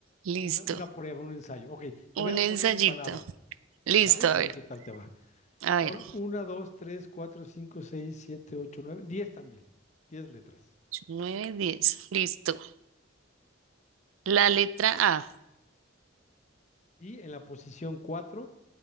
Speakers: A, on the right; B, on the left.
A: Listo.
B: Una, una prueba, un ensayo. Ok, te voy
A: Un
B: a
A: ensayito.
B: poner mi palabra,
A: Listo,
B: ¿sale?
A: a
B: A ver
A: ver.
B: qué tal te va.
A: A
B: Son
A: ver.
B: 1, 2 3 4 5 6 7 8 9 10 también. diez letras.
A: 8, 9, 10. Listo. La letra A.
B: Y en la posición 4